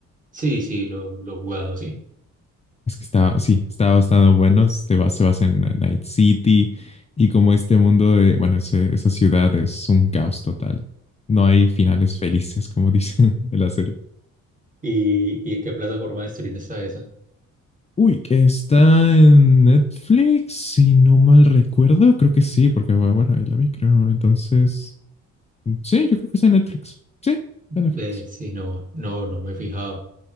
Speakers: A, on the right; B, on the left.
A: Sí, sí, lo, lo he jugado, sí.
B: Es que está, sí, está bastante bueno. Se basa, se basa en Night City y como este mundo de, bueno, ese- esa ciudad es un caos total. No hay finales felices, como dice <laughs> en la serie.
A: ¿Y, y en qué plataforma de stream está esa?
B: Uy, que está en Netflix, si no mal recuerdo, creo que sí, porque bueno, ahí la vi, creo. Entonces, sí, yo creo que está en Netflix. Sí, está
A: Ve,
B: en Netflix.
A: sí, no, no, no me he fijado.